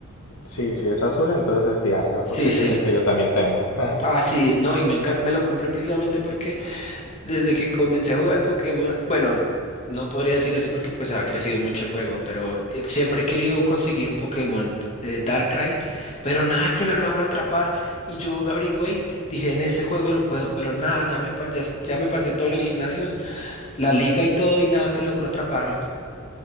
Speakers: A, on the left; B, on the left.
A: sí, sí es azul, entonces es Dialga, porque
B: Sí,
A: ese
B: sí.
A: es el que yo también tengo. <laughs>
B: Ah, sí, no, y me encanta, me lo compré precisamente porque Desde que comencé a jugar Pokémon, bueno, no podría decir eso porque pues ha crecido mucho el juego, pero eh, siempre he querido conseguir un Pokémon eh, Darkrai, pero nada que lo logro atrapar. Y yo averigüé y di- dije, en este juego lo puedo, pero nada, ya me, pa- ya, s- ya me pasé todos los gimnasios, la liga y todo, y nada que logro atraparlo.